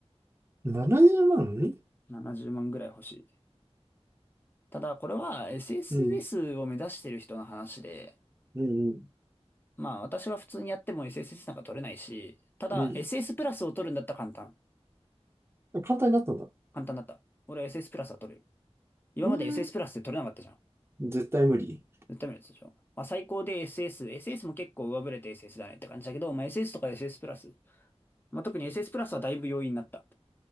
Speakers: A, on the right (about 20°); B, on the left (about 20°).
A: 70万うまん。
B: い。70万ぐらい欲しい。ただ、これは SSS
A: うん
B: を目指してる人の話で、
A: うんうん。
B: まあ私は普通にやっても SSS なんか取れないし、ただ
A: うん。
B: SS プラスを取るんだったら簡単。
A: 簡単になったんだ。
B: 簡単だった。俺は SS プラスは取れる。今まで
A: うーん。
B: SS プラスって取れなかったじゃん。
A: 絶対無理。
B: 絶対無理だったでしょ。まあ最高で SS。SS も結構上振れて SS だねって感じだけど、まあ SS とか SS プラス。まあ特に SS プラスはだいぶ容易になった。